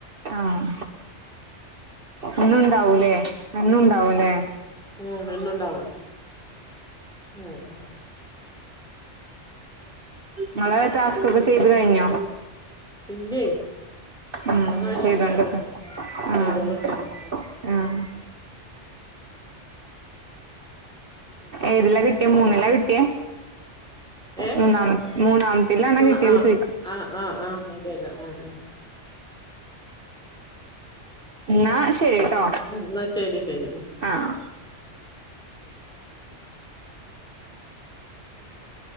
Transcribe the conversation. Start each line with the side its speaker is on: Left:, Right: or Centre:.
Right: ആഹ് ഇന്നുണ്ടാവൂലേ എന്നുണ്ടാവൂലേ
Centre: ഉം എന്നുംണ്ടാവും ഉം ഉം
Right: ങ്ങളെ ടാസ്കൊക്കെ ചെയ്തു കഴിഞ്ഞോ
Centre: ഇല്ലേയ്
Right: ഉം
Centre: ഒക്കെ കഴിഞ്ഞിട്ടില്ല.
Right: ചെയ്തോണ്ട്ക്ക ആഹ്
Centre: ചെയ്തോണ്ട് ക്കാണ്‌
Right: ആഹ്
Centre: എന്നാ പിന്നെന്താ
Right: ഏതിലാ കിട്ടിയേ മൂന്നിലാ കിട്ടിയേ
Centre: ഏ
Right: മൂന്നാമ മൂന്നാമത്തിലാണോ
Centre: മുന്ന
Right: കിട്ടിയത്
Centre: ആഹ്
Right: ചോയിക്ക
Centre: ആഹ് ആഹ് ആഹ് അതെ അതെ ഉം ഉം
Right: ന്നാ ശരിട്ടോ
Centre: ന്ന ശരി ശരി
Right: ആഹ്
Centre: <unintelligible>